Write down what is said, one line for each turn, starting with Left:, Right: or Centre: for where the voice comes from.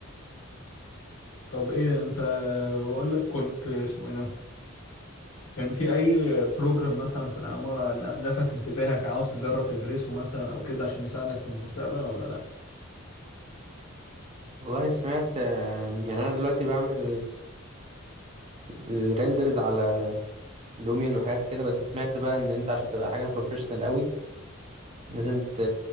Left: طب ايه انت بقول لك كنت اسمه ايه ده كان في اي بروجرام مثلا في العمارة لفت انتباهك عاوز تجرب تدرسه مثلا او كده عشان يساعدك في المستقبل ولا لا
Right: والله سمعت آم، يعني أنا دلوقتي بعمل الريندرز على لوميون وحاجات كده بس سمعت بقى إن أنت عشان تبقى حاجة بروفيشنال قوي لازم ت